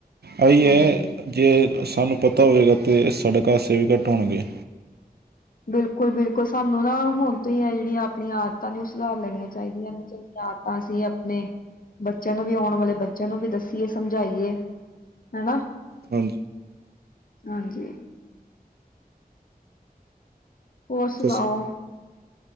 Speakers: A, on the right; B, on the left.
A: ਆਈ
B: ਹਾਂਜੀ।
A: ਏ ਜੇ ਸਾਨੂੰ ਪਤਾ ਹੋਵੇਗਾ ਤਾਂ ਸੜਕ ਹਾਦਸੇ ਵੀ ਘੱਟ ਹੋਣਗੇ।
B: ਬਿਲਕੁਲ-ਬਿਲਕੁਲ ਸਾਨੂੰ ਨਾ ਹੁਣ ਤੋਂ ਹੀ ਹੈ ਜਿਹੜੀਆਂ ਆਪਣੀਆਂ ਆਦਤਾਂ ਨੇ ਉਹ ਸੁਧਾਰ ਲੈਣੀਆਂ ਚਾਹੀਦੀਆਂ ਨੇ ਚੰਗੀਆ ਆਦਤਾਂ ਤਾਂ ਅਸੀਂ ਆਪਣੇ, ਬੱਚਿਆਂ ਨੂੰ ਵੀ ਆਉਣ ਵਾਲੇ ਬੱਚਿਆਂ ਨੂੰ ਵੀ ਦੱਸੀਏ ਸਮਝਾਈਏ। ਹਨਾ
A: ਹਾਂਜੀ
B: ਹਾਂਜੀ ਹੋਰ ਸੁਣਾਓ?
A: ਸਤਿ